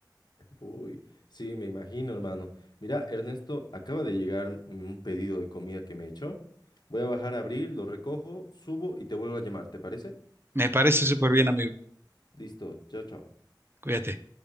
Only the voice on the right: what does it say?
Me parece súper bien, amigo.
Cuídate.